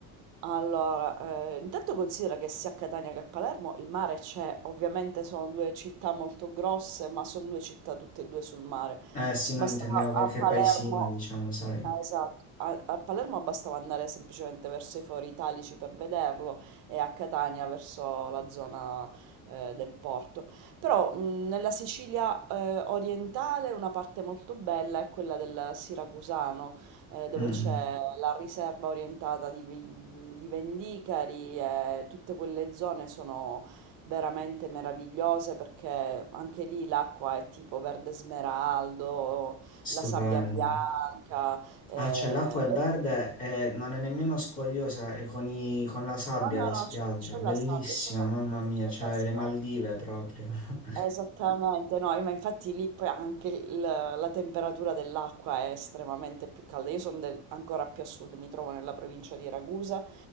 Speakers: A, on the right; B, on the left.
A: allora, eh, intanto considera che sia a Catania che a Palermo il mare c'è, ovviamente sono due città molto grosse, ma sono due città tutte e due sul mare.
B: Eh sì,
A: S- Bastava
B: no, intendevo qualche
A: a Palermo,
B: paesino, diciamo, sai.
A: ah, esatto, a, a Palermo bastava andare semplicemente verso i Fori Italici per vederlo e a Catania verso la zona eh, del porto. Però mh, nella Sicilia eh, orientale una parte molto bella è quella del Siracusano eh, dove
B: Mm,
A: c'è la riserva orientata di, vi- di Vendicari e tutte quelle zone sono veramente meravigliose perché anche lì l'acqua è tipo verde smeraldo,
B: stupendo.
A: la sabbia bianca. eh,
B: Ah, cioè l'acqua è verde
A: e-
B: e non è nemmeno scogliosa, è con, i- con la sabbia
A: No, no,
B: la
A: no,
B: spiaggia,
A: c'è c'è
B: bellissimo,
A: la sabbia, c'è la,
B: mamma mia,
A: c'è
B: cioè
A: la sabbia.
B: le Maldive proprio. <laughs>
A: Esattamente, no, ma infatti lì poi anche il- la temperatura dell'acqua è estremamente più calda. Io sono del- ancora più a sud, mi trovo nella provincia di Ragusa.